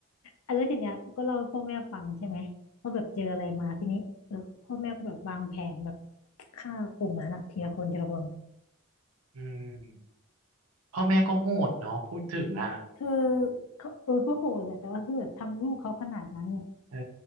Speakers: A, on the left (about 80°); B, on the right (about 85°).
A: อ่ะแล้วทีเนี้ยก็เล่าให้พ่อแม่ฟังใช่ไหมว่าแบบเจออะไรมาทีนี้เออพ่อแม่ก็แบบวางแผนแบบฆ่ากลุ่มนั้นอะทีละคนทีละคน
B: <laughs> อืมพ่อแม่ก็โหดเนาะพูดถึงอ่ะ
A: เธอเขาเออก็โหดแหละแต่ว่าคือแบบทำลูกเขาขนาดนั้นเนี่ย
B: เออ